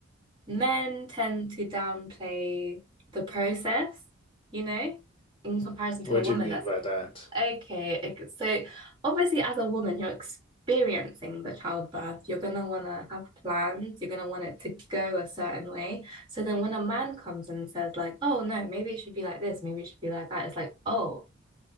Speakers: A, on the right (about 25°); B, on the left (about 25°).
A: men tend to downplay the process, you know, in comparison to
B: What
A: a woman
B: do you mean
A: that's
B: by that?
A: Okay, okay. So obviously as a woman, you're experiencing the childbirth. You're gonna wanna have plans. You're gonna want it to go a certain way. So then when a man comes and says like, oh no, maybe it should be like this, maybe it should be like that, it's like, oh,